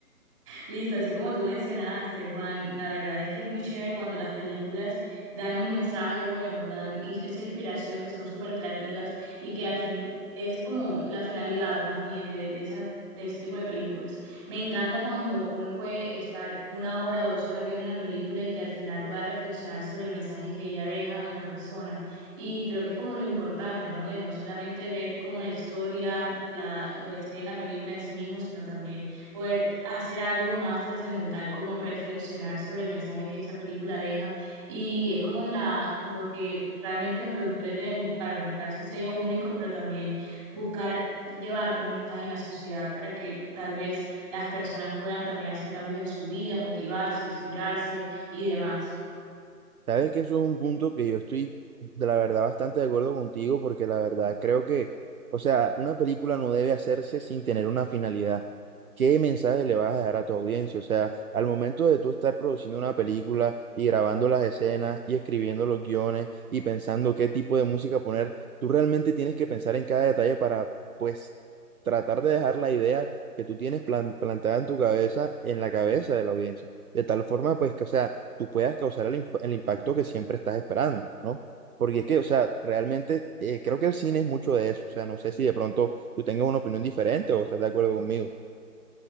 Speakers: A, on the right; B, on the right.
A: Listo, así como tú mencionaste, Juan, la verdad es que es muy chévere cuando las películas dan un mensaje bueno, dan is- esa inspiración que son súper creativas y que al fin es como la finalidad más bien de, de esa, de ese tipo de películas. Me encanta cuando uno puede estar una hora o dos horas viendo una película y que al final pueda reflexionar sobre el mensaje que ella deja en la persona. Y creo que es como lo importante, ¿no? De no solamente ver como la historia, la, lo que esté en la película en sí mismo, sino también poder hacer algo más trascendental, como reflexionar sobre el mensaje que esa película deja. Y es como la, lo que realmente los productores deben buscar, marcar su sello único, pero también buscar llevar un mensaje en la sociedad para que tal vez las personas puedan también hacer cambios en su vida, motivarse, inspirarse y demás.
B: Sabes que eso es un punto que yo estoy, de la verdad, bastante de acuerdo contigo, porque la verdad creo que, o sea, una película no debe hacerse sin tener una finalidad. ¿Qué mensaje le vas a dejar a tu audiencia? O sea, al momento de tú estar produciendo una película y grabando las escenas y escribiendo los guiones y pensando qué tipo de música poner, tú realmente tienes que pensar en cada detalle para, pues, tratar de dejar la idea que tú tienes plan- plantada en tu cabeza, en la cabeza de la audiencia. De tal forma, pues, que, o sea, tú puedas causar el, inf- el impacto que siempre estás esperando, ¿no? Porque es que, o sea, realmente eh, creo que el cine es mucho de eso. O sea, no sé si de pronto tú tengas una opinión diferente o estás de acuerdo conmigo.